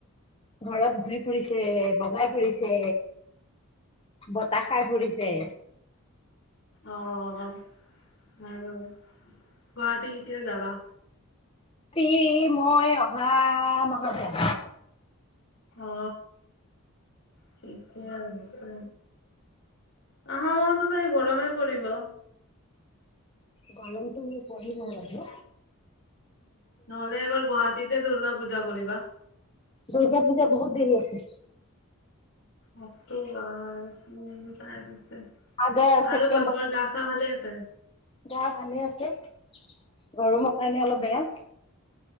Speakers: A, on the left; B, on the left.
A: ঘৰত ঘূৰি ফুৰিছে বগাই ফুৰিছে বতাহ খাই ফুৰিছে
B: অ আৰু গুৱাহাটী কেতিয়া যাবা।
A: সি মই অহা মাহত যাম
B: অ ঠিকে আছে আহা মাহত টোত হে গৰমে পৰিব।
A: গলমটো পঢ়িব লাগে
B: নহলে এইবাৰ গুৱাহাটীতে দুৰ্গা পূজা কৰিবা
A: দুৰ্গা পূজা বহুত দেৰি আছে।
B: মোক তো ৱাৰ উম টাইম আছে
A: আগষ্ট ছেপ্তেম্বৰ
B: আৰু ক তোমাৰ গা চা ভালে আছে।
A: গা ভালে আছে গৰমৰ কাৰণে অলপ বেয়া।